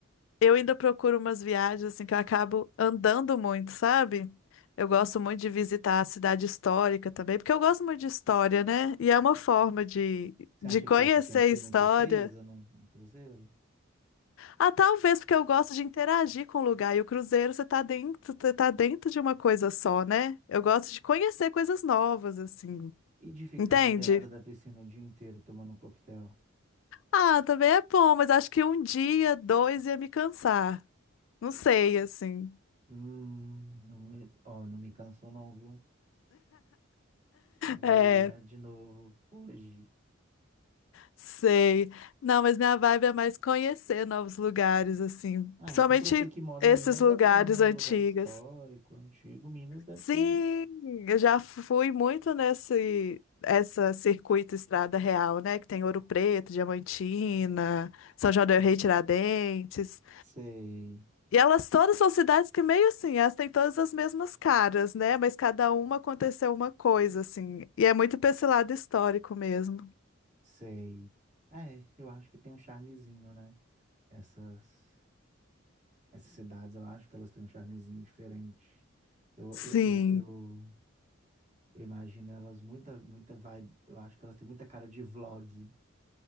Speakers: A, on the left (about 70°); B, on the right (about 35°).
A: eu ainda procuro umas viagens assim que eu acabo andando muito, sabe? Eu gosto muito de visitar a cidade histórica também, porque eu gosto muito de história, né? E é uma forma de,
B: Você
A: de
B: acha
A: conhecer
B: que você se sentiu
A: a história.
B: muito presa num, num cruzeiro?
A: Ah, talvez porque eu gosto de interagir com o lugar. E o cruzeiro você tá dentro, você tá dentro de uma coisa só, né? Eu gosto de conhecer coisas novas, assim.
B: E de ficar
A: Entende?
B: na beirada da piscina o dia inteiro tomando um coquetel?
A: Ah, também é bom, mas acho que um dia, dois ia me cansar. Não sei, assim.
B: Hum, não, me- ó, não me cansou não, viu? Eu
A: É.
B: iria de novo hoje.
A: Sei. Não, mas minha vibe é mais conhecer novos lugares, assim.
B: Ah,
A: Principalmente
B: então pra você que mora
A: esses
B: em Minas
A: lugares
B: é bom, né?
A: antigos.
B: Lugar histórico, antigo. Minas deve
A: Sim,
B: ser um...
A: eu já fui muito nesse essa circuito Estrada Real, né? Que tem Ouro Preto, Diamantina, São João del Rei, Tiradentes.
B: Sei,
A: E elas todas são cidades que meio assim, elas têm todas as mesmas caras, né? Mas cada uma aconteceu uma coisa, assim. E é muito pra esse lado histórico mesmo.
B: sei. Ah, É, eu acho que tem um charmezinho, né? Essas, essas cidades, eu acho que elas têm um charmezinho diferente. Eu,
A: Sim.
B: eu, eu, eu Eu imagino elas muita, muita vibe. Eu acho que elas têm muita cara de vlog.